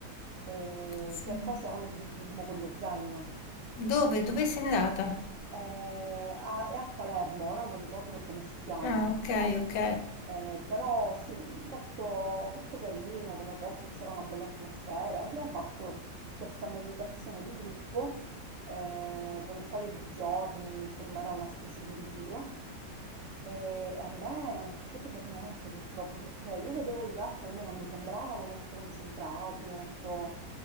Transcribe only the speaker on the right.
eh,
che facevano il buddismo, quello zen.
Eh, a- è a Palermo, ora non ricordo come si chiama.
Eh, però sì, molto, molto carino come posto, c'era una bella atmosfera. Abbiamo fatto questa meditazione di gruppo eh, per un paio di giorni, insomma era una specie di ritiro. E a me non è piaciuto per niente purtroppo perché io vedevo gli altri, almeno mi sembravano molto concentrati, molto